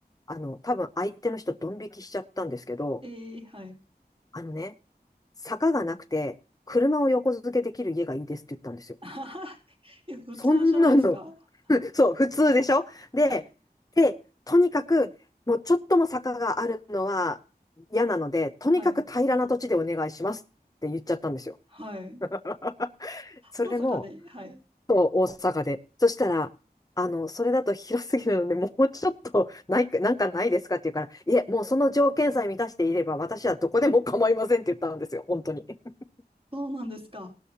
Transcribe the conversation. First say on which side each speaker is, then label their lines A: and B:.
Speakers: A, on the left; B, on the right.
A: あの、多分相手の人ドン引きしちゃったんですけど、
B: ええはい。
A: あのね、坂がなくて、車を横付けできる家がいいですって言ったんですよ。
B: <laughs> あははい普通じゃないですか。
A: そんなの、<laughs> そう、普通でしょで、
B: はい。
A: で、とにかく、もうちょっとも坂があるのは嫌なので、とにかく平らな土地でお願いしますって言っちゃったんですよ。
B: はい。はい。
A: <laughs> それも
B: 大阪で。はい。
A: 大阪で。そしたら、あの、それだと広すぎるので、もうちょっとないか、なんかないですかって言うから、いえ、もうその条件さえ満たしていれば、私はどこでも構いませんって言ったんですよ、本当に。<laughs>
B: そうなんですか。